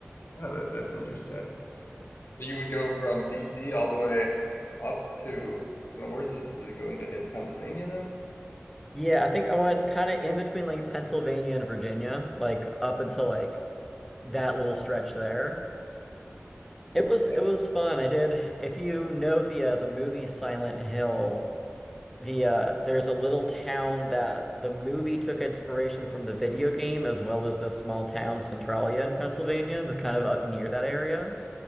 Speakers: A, on the left; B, in the centre.
A: Yeah, that, that's interesting. So you would go from DC all the way up to, I don't know, where does it, does it go into, into Pennsylvania then?
B: yeah, I think I went kind of in between like Pennsylvania and Virginia, like up until like that little stretch there. It was it
A: Yeah,
B: was fun. I did. If you know the uh, the movie Silent Hill, the uh, there's a little town that the movie took inspiration from the video game as well as this small town Centralia in Pennsylvania that's kind of up near that area.